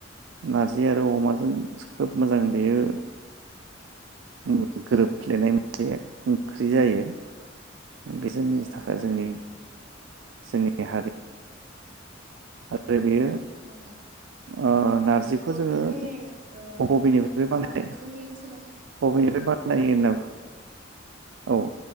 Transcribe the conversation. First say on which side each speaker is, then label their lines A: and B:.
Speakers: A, on the right; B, on the right.
A: नारजि आरो अमाजों खोब मोजां बेयो उम गोरोब
B: औ
A: फ्लेनाय मोनसे ओंख्रि जायो बे जोंनि
B: औ
A: थाखाय जोंनि जोंनि हारि आरो बेयो
B: औ
A: ओ नारजिखौ
B: औ
A: जोङो
B: बिनिफ्राय ओ
A: बबेनिफ्राय
B: नोंथां
A: बानाय
B: जोंनि ओनसोलाव
A: बबेनिफ्राय बानायो होनना औ